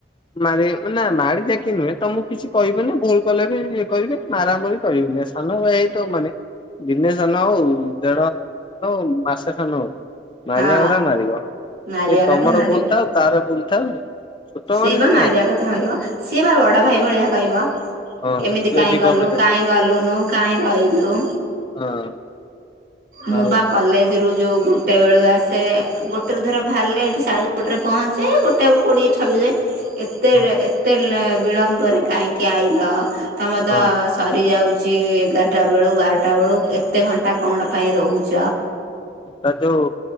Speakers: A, on the left; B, on the right.
A: ମାର ନା ମାଡି ଯାଇକି ନୁହେଁ ତମୁକୁ କିଛି କହିବେନି ଭୁଲ କଲେ ବି ଇଏ କରିବି ମରାମରି କରିବିନି। ସାନ ଭାଇ ହେଇଥିବ ମାନେ ଦିନେ ସାନ ହଉ ଦେଢ ଦିନ ଶାନ ହଉ ମାସେ ଶାନ ହଉ। ମାରିବା
B: ହଁ
A: କଥା ମାରିକ
B: ମାରିବା
A: ଏ ତମର
B: କଥା ମାରିବେ
A: ଭୁଲ ଥାଉ ତାର ଭୁଲ ଥାଉ। ଛୋଟ
B: ସିଏ
A: ମାନେ
B: ବା
A: ସେ
B: ମାରିବା କଥା ମାରିବ ସିଏ ବା ବଡ ଭାଇ ଭଳିଆ କହିବ।
A: ହଁ
B: ଏମିତି
A: ତୁ
B: କାହିଁ
A: ଏଠି
B: କଲୁ
A: କଣ ପାଇଁ ଯାଇ
B: କାହିଁ ଗଲୁନୁ କାହିଁ ରହିଲୁ।
A: ହଁ
B: ମୁଁ
A: ଆଉ
B: ବା
A: ଯୋଉ
B: କଲେଜ ରୁ ଯୋଉ ଗୋ ଗୋଟେବେଳୁ ଆସେ ଗୋଟେରୁ ଧର ବାହାରିଲେ ଏଇଠି ଶାଡେ ଗୋଟେରେ ପହଞ୍ଚେ ଗୋଟେ ଛବି ଯେ ଏତେ
A: ହଁ
B: ଏତେ ବିଳମ୍ବରେ କାହିଁକି ଆଇଲ। ତମର ତ
A: ହଁ
B: ସରିଯାଉଛି ଏଗାରଟା ବେଳୁ ବାରଟା ବେଳୁ ଏତେ ଘଣ୍ଟା କଣ ପାଇଁ ରହୁଛ।
A: ତା ଯୋଉ